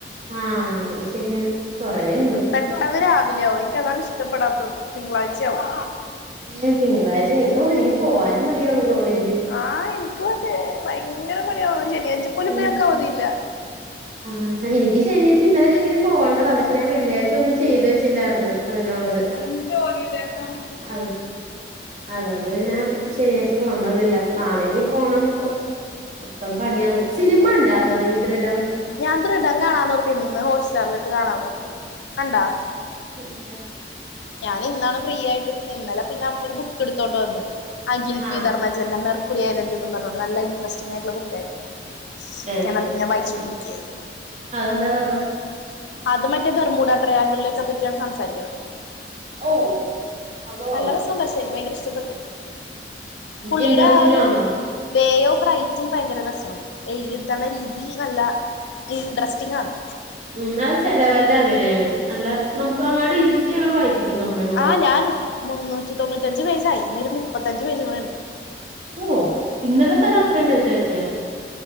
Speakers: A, on the right; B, on the left.
A: ആഹ് അത് ശരിയാണ് കൊറേണ്ട്
B: പെട്ടെന്ന് രാവിലെയ ആവും എനിക്ക് അതാണ് ഇഷ്ടപ്പെടാത്തത് തിങ്കളാഴ്ചയാവും
A: ഉം തിങ്കളാഴ്ച എനിക്ക് എനിക്ക് പോവാനും മടിയാവുണ് കോളേജില്
B: ആഹ് എനിക്ക് മതേ ഭയങ്കര മടിയാണ് ശനിയാഴ്ച പോലും ഇപ്പൊ
A: ഉം
B: ഞനക്ക് അവധിയില്ല
A: ആഹ് എനിക്ക് ശനിയാഴ്ച ന്നല ശരിക്കലും പോകണ്ട പക്ഷെ ഞാൻ വെള്ളിയാഴ്ച ഒന്നും ചെയ്ത് വെച്ചില്ലായിന്ന് അതിനുള്ളത്
B: ഓന് ജോലിയിലേക്കാണ്
A: അത അതുകൊണ്ട് പിന്നെ ശനിയാഴ്ച്ച പോകണ്ട ഒന്നില്ല നാളിനീ പോണം മൊത്തം പണിയാണ് സിനിമ ഉണ്ടായിരുന്ന നീ ഈ ദ്രടം
B: ഞാൻ ദൃടം കാണാന്ന്ർത്തി ഇന്ന് ഹോട്ട് സ്റ്റാറിലിട്ട് കാണാന്ന്ർത്തി കണ്ടാ
A: ല്ലാ
B: ഞാൻ ഇന്നാണ് ഫ്രീ ആയിട്ടിന്നത് ഇന്നലെ പിന്നെ അമ്മ ഒരു ബുക്ക് എടുത്തോണ്ട് വന്ന് അഖിൽ
A: ആഹ്
B: പിധർമ്മജന്റെ കുറിയയലൻ്റ് എന്ന് പറഞ്ഞോണ്ട് നല്ല ഇൻടറ്രസ്റ്റിംഗ ആയിട്ടുള്ള ബുക്കായിരുന്നു
A: ഏഹ്
B: ഞാനതിങ്ങനെ വായിച്ചുകൊണ്ടിരിക്കുകയാണ്
A: അതെന്താ കഥ
B: അത് മറ്റേ ബെർമൂടാട്രയാങ്കിളിലേക്കെ പറ്റിയാണ് സംസാരിക്കുന്നത്
A: ഓ അത് കൊള്ളാം
B: നല്ല രസണ്ടാ ശരി ഭയങ്കര ഇഷ്ടപ്പെട്ട് പുള്ളീടെ
A: ഇൻട്രസ്റ്റിംഗ്
B: ആ ഒരു
A: ആണല്ലോ
B: വേ ഓഫ് റൈറ്റിങ് ഭയങ്കര രസമാണ് എഴുതണ രീതി നല്ല ഇൻട്രസ്റ്റിംങ്ങാണ്.
A: ഉം അത് ചെിലവരുടെ അങ്ങനെയാണ് നല്ല നമുക്ക് അങ്ങട്ട് ഇരുത്തി അങ്ങട്ട് വായിപ്പിക്കും നമ്മളെ കൊണ്ട്
B: ആഹ്ഞൻ മുന്നൂറ്റി തൊണ്ണൂറ്റഞ്ച് പേജയി ഇനി ഒരു മുപ്പത്തഞ്ച് പേജും കൂടെ ഉണ്ട്.
A: ഉവോ ഇന്നലെ തന്നെ അത്രയും പേജാക്ക്യ